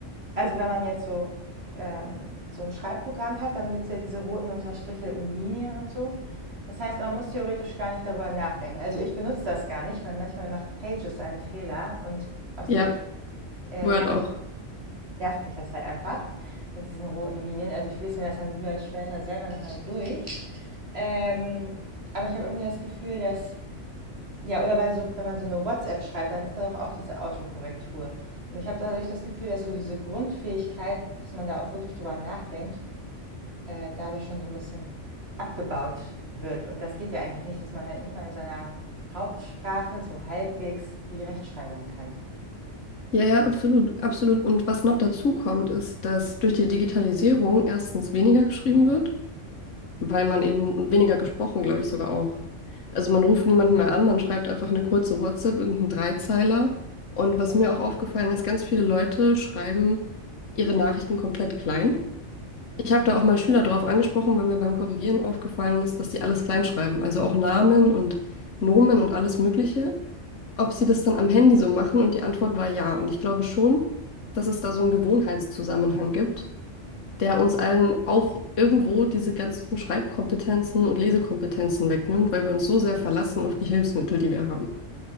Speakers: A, on the right (about 55°); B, on the left (about 80°).
A: Also wenn man jetzt so, ähm, so ein Schreibprogramm hat, dann gibt es ja diese roten unterstrichelten Linien und so. Das heißt, man muss theoretisch gar nicht darüber nachdenken. Also ich benutze das gar nicht, weil manchmal macht Pages einen Fehler und aus
B: Ja,
A: dem äh,
B: Word
A: nervt,
B: auch.
A: nervt mich das halt einfach mit diesen roten Linien. Also ich lese mir das dann lieber später selber nochmal durch. Ähm, aber ich habe irgendwie das Gefühl, dass ja, oder bei so, wenn man so eine WhatsApp schreibt, dann ist da doch auch diese Autokorrektur. Und ich habe dadurch das Gefühl, dass so diese Grundfähigkeit, dass man da auch wirklich drüber nachdenkt, äh, dadurch schon so ein bisschen abgebaut wird. Und das geht ja eigentlich nicht, dass man halt nicht mal in seiner Hauptsprache so halbwegs die Rechtschreibung kann.
B: Ja, ja, absolut, absolut. Und was noch dazu kommt, ist, dass durch die Digitalisierung erstens weniger geschrieben wird, weil man eben und weniger gesprochen, glaube ich, sogar auch. Also man ruft niemanden mehr an, man schreibt einfach eine kurze WhatsApp, irgendeinen Dreizeiler. Und was mir auch aufgefallen ist, ganz viele Leute schreiben ihre Nachrichten komplett klein. Ich
A: Mhm.
B: habe da auch mal Schüler drauf angesprochen, weil mir beim Korrigieren aufgefallen ist, dass die alles klein schreiben. Also auch Namen und Nomen und alles Mögliche ob sie das dann am Handy so machen und die Antwort war ja. Und ich glaube schon, dass es da so einen Gewohnheitszusammenhang gibt, der uns allen auch irgendwo diese ganzen Schreibkompetenzen und Lesekompetenzen wegnimmt, weil wir uns so sehr verlassen auf die Hilfsmittel, die wir haben.